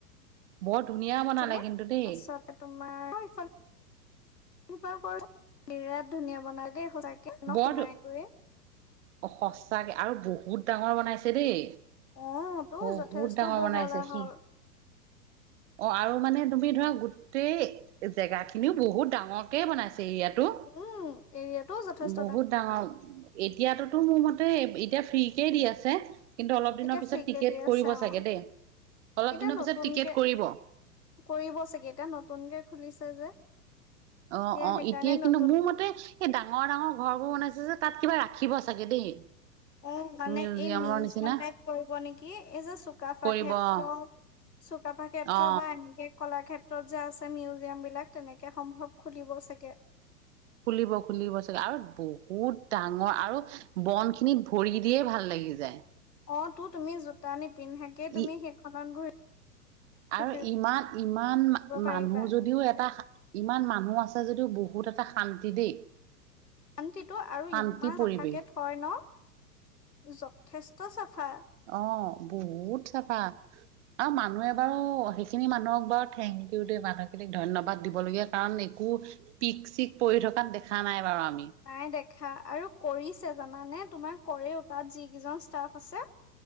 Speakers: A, on the right; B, on the left.
A: বৰ ধুনীয়া বনালে
B: ছিলো
A: কিন্তু দেই
B: পাছতে তোমাৰ কৰো <unintelligible> বিৰাট ধুনীয়া বনালে দেই সঁচাকে। ন
A: বৰ
B: সোমাই
A: ধু
B: গৈ
A: সঁচাকে আৰু বহুত ডাঙৰ বনাইছে দেই।
B: অ' টো
A: বহুত
B: যথেষ্ট
A: ডাঙৰ
B: বহল-আহল।
A: বনাইছে সি অ' আৰু মানে তুমি ধৰা গোটেই জেগা খিনিও বহুত ডাঙৰকে বনাইছে। এৰিয়াটো।
B: উম, এৰিয়াটোও যথেষ্ট
A: বহুত ডাঙৰ এতিয়াটো মোৰ মতে এতিয়া ফ্ৰী কেই দি আছে। কিন্তু অলপ দিনৰ
B: এতিয়া
A: পিছত
B: ফ্ৰী
A: টিকেট
B: কে দি আছে
A: কৰিব
B: অ'
A: চাগে দেই অলপ
B: এতিয়া
A: দিনৰ
B: নতুন
A: পিছত টিকেট
B: কে
A: কৰিব
B: কৰিব চাগে এতিয়া নতুনকে খুলিছে যে।
A: অ' অ'
B: সেইকাৰণে
A: এতিয়া কিন্তু
B: নতুন
A: মোৰ মতে এই ডাঙৰ ডাঙৰ ঘৰবোৰ বনাইছে যে তাত কিবা ৰাখিব চাগে দেই।
B: অ' মানে
A: মিউজিয়ামৰ
B: এই মিউজিয়াম
A: নিচিনা
B: টাইপ কৰিব নেকি এই যে চুকাফা
A: কৰিব
B: ক্ষেত্ৰ
A: অ
B: চুকাফা ক্ষেত্ৰ
A: অ
B: বা এনেকে কলা ক্ষেত্ৰ ক্ষেত্ৰত যে আছে মিউজিয়াম বিলাক তেনেকে সম্ভৱ খুলিব চাগে।
A: খুলিব খুলিব চাগে আৰু বহুত ডাঙৰ আৰু বন খিনিত ভৰি দিয়ে ভাল লাগি যায়।
B: অ' তো তুমি জোতা নি পিন্ধাকে তুমি
A: ই
B: সেইখনত ঘূৰি
A: আৰু
B: ফুৰিব
A: ইমান ইমান
B: পাৰিবা।
A: মানুহ যদিও এটা ইমান মানুহ আছে যদিও বহুত এটা শান্তি দেই।
B: শান্তিটো আৰু
A: শান্তি
B: ইমান
A: পৰিৱেশ
B: চাফাকে থয় ন। যথেষ্ট ত চাফা।
A: অ বহুত চাফা আৰু মানুহে বাৰু সেইখিনি মানুহক বাৰু থেংক ইউ দে মানুহখিনিক ধন্যবাদ দিবলগীয়া কাৰণ একো পিক-চিক পৰি থকাত দেখা নাই বাৰু আ
B: নাই দেখ খা আৰু কৰিছে জানা নে তোমাক কৰেও তাত যি যিজন ষ্টাফ আছে